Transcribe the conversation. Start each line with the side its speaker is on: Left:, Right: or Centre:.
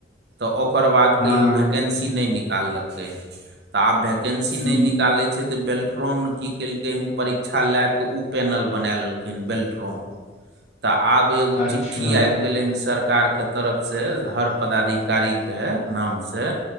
Right: तऽ ओकर बाद
Left: हँ
Right: कहियो वैकेन्सी नहि निकाललकै, तऽ आब वैकेन्सी
Left: हूँ
Right: नहि निकालै तऽ बेल्ट्रॉन की केलकै हन परीक्षा ला कऽ उ पैनल बना लेलकै हन बेल्ट्रॉन। तऽ आब एगो
Left: अच्छा
Right: चिठ्ठी आबि गेलै हन सरकारके तरफसँ हर पदाधि कारी के नाम से